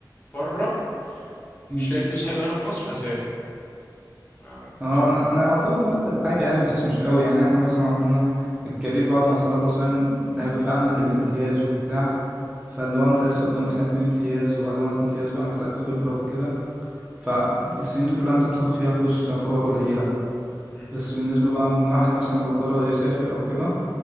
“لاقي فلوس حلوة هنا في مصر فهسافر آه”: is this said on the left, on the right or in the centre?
Left